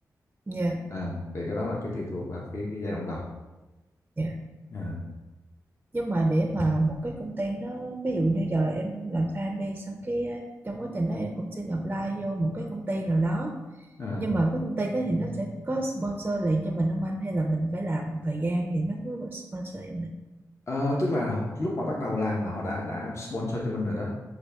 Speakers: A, on the right (about 25°); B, on the left (about 40°).
A: dạ
B: à, thì cái đó là cái tùy thuộc vào cái, cái giai đoạn đầu
A: dạ
B: à.
A: nhưng mà để mà một cái công ty nó ví dụ như giờ em làm farm đi xong cái ờ, trong quá trình đó em cũng xin apply vô một cái công ty nào đó
B: À.
A: nhưng mà cái công ty đó thì nó sẽ có sponsor liền cho mình không anh hay là mình phải làm một thời gian thì nó mới có sponsor cho mình
B: Ờ, tức là họ, lúc mà bắt đầu làm là họ đã đã sponsor cho mình rồi đó